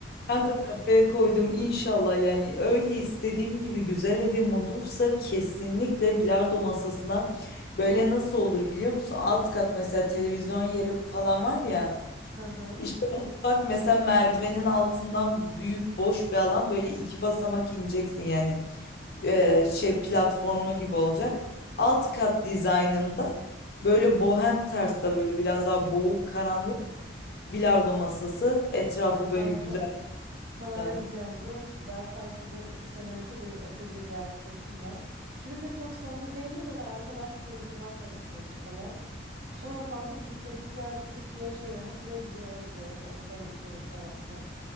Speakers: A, on the left; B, on the right.
A: Kanka kafaya koydum inşallah yani öyle istediğim gibi güzel evim olursa kesinlikle bilardo masasına böyle nasıl olur biliyor musun? Alt kat mesela televizyon yeri falan var ya
B: <laughs> Hı hı.
A: işte mutfak mesela merdivenin altından büyük boş bir alan böyle iki basamak ineceksin yani Ee, şey platformlu gibi olacak. Alt kat dizaynında böyle bohem tarzda böyle biraz daha boğuk karanlık bilardo masası etrafı
B: Kanka
A: böyle güzel
B: Sana
A: süslenmiş.
B: ne diyeceğim biliyor musun? Ben kanka bundan iki sene önce benim Efe diye bir arkadaşım var. Çocukla çok samimi değiliz. Öyle arkadaş grubundan tanışıyoruz falan. Sonra kanka biz çocuk bir yer, çocuk bir yere şeyde hadi de bizim eve gidelim oturalım içelim falan filan.